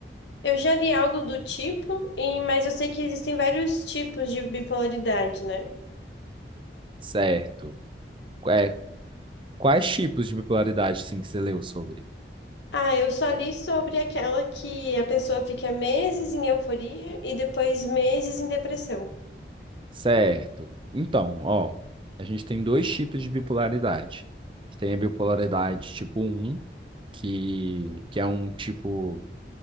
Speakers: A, on the left (about 85°); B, on the right (about 30°).
A: Eu já li algo do tipo, e, mas eu sei que existem vários tipos de bipolaridade, né?
B: Certo. É, quais tipos de bipolaridade sim que você leu sobre?
A: Ah, eu só li sobre aquela que a pessoa fica meses em euforia e depois meses em depressão.
B: Certo. Então, ó, a gente tem dois tipos de bipolaridade. Tem a bipolaridade tipo um que, que é um tipo